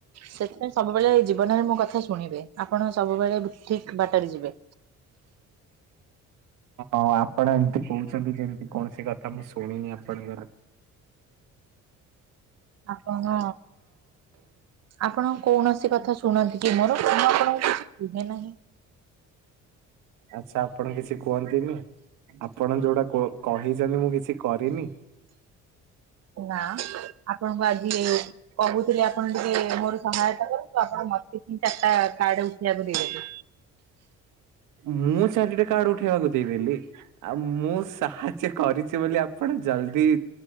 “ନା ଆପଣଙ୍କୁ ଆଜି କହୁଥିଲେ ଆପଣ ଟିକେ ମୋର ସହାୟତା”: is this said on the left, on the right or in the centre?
Right